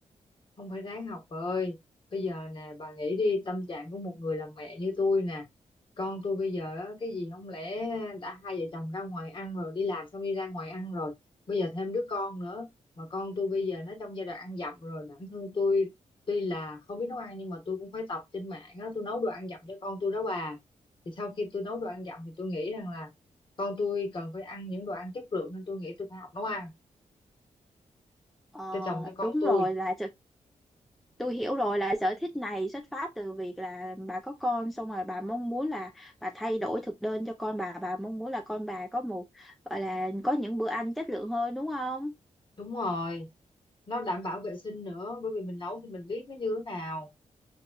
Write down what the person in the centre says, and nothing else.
Ờ
đúng
rồi là tôi hiểu rồi là sở thích này xuất phát từ việc là bà có con xong rồi bà mong muốn là bà thay đổi thực đơn cho con bà bà mong muốn là con bà có một gọi là có những bữa ăn chất lượng hơn đúng không